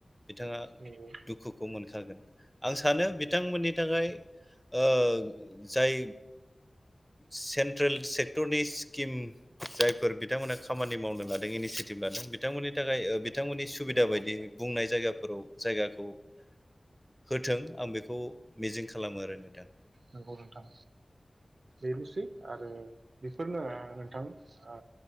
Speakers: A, in the centre; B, on the right.
A: बिथाङा
B: नंगौ
A: दुखुखौ मोनखागोन। आं सानो बिथांमोननि थाखाय ओ जाय सेन्ट्रेल सेक्टरनि स्किम जायफोर बिथांमोना खामानि मावनो लादों इनिसियेटिभ लादों बिथांमोननि थाखाय ओ बिद बिथांमोननि
B: नंगौ
A: सुबिदा बायदि बुंनाय जायगा औ जायगा होथों आं बेखौ मिजिं खालामो आरो नोंथां।
B: नंगौ नोंथां बेनोसै आरो बेफोरनो ओ नोंथां ओ